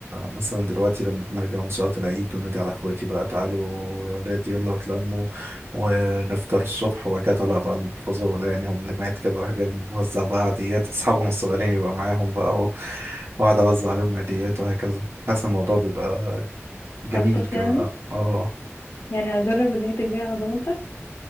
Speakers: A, on the right; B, on the left.
A: مثلا دلوقتي لما بنرجع من صلاة العيد بنادي على اخواتي بقى تعالوا يا ولاد يلا اتلموا ونفطر الصبح وبعد كده طالع بقى المحفظة ولا يعينهم لمعت كده راح جاي موزع بقى عاديات واصحابهم الصغيرين يبقى معاهم بقى و- واقعد اوزع عليهم عاديات وهكذا حاسس الموضوع بيبقى جميل
B: <laughs> الطف
A: كده
B: يعني
A: اه آه.
B: يعني اجرب اللي هي تجي على ضمانتك